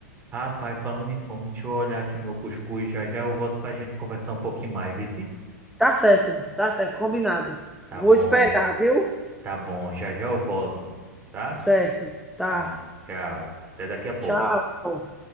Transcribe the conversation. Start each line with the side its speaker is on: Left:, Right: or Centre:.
Right: Rapaz, falando em fome, deixa eu olhar aqui meu cuscuz, já já eu volto pra gente conversar um pouquinho mais, viu? sim?
Centre: Tá certo, tá certo, combinado.
Right: Tá
Centre: Vou
Right: bom,
Centre: esperar, viu?
Right: tá bom, já já eu volto, tá?
Centre: Certo, tá.
Right: Tá. Tchau. Até daqui a pouco.
Centre: Tchau.